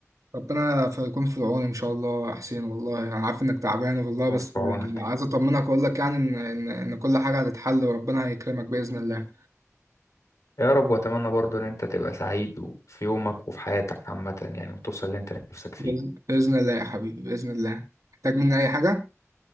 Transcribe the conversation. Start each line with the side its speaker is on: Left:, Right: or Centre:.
Right: ربنا ف- يكون في العون ان شاء الله يا حسين والله انا عارف انك تعبان والله
Left: يكون
Right: بس
Left: في عونك
Right: عايز اطمنك واقول لك يعني ان ان إن كل حاجه هتتحل وربنا هيكرمك باذن الله
Left: يا رب وأتمنى برضه إن أنت تبقى سعيد وفي يومك وفي حياتك عامة يعني وتوصل اللي أنت نفسك فيه
Right: بإذن بإذن الله يا حبيبي بإذن الله محتاج مني أي حاجة؟